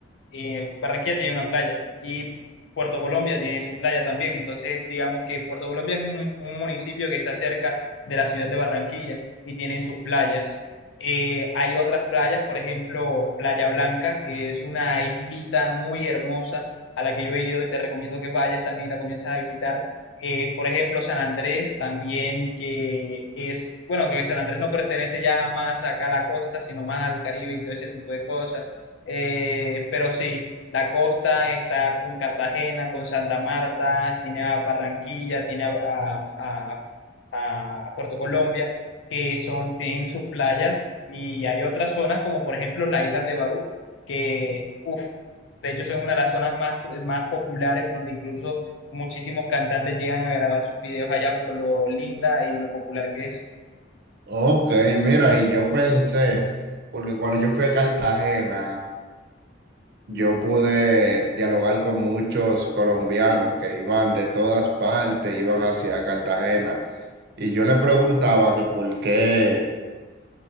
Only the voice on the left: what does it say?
eh, Barranquilla tiene una playa y Puerto Colombia tiene su playa también. Entonces, digamos que Puerto Colombia es un, un municipio que está cerca de la ciudad de Barranquilla y tienen sus playas. Eh, hay otras playas, por ejemplo, Playa Blanca, que es una islita muy hermosa a la que yo he ido y te recomiendo que vayas, también la comienzas a visitar. Eh, por ejemplo, San Andrés también, que es, bueno, que San Andrés no pertenece ya más acá a la costa, sino más al Caribe y todo ese tipo de cosas. Eh, pero sí, la costa está con Cartagena, con Santa Marta, tiene a Barranquilla, tiene a, a- a- a Puerto Colombia, que son, tienen sus playas, y hay otras zonas como por ejemplo las islas de Barú, que, uff, de hecho son una de las zonas más, más populares donde incluso muchísimos cantantes llegan a grabar sus videos allá por lo linda y lo popular que es.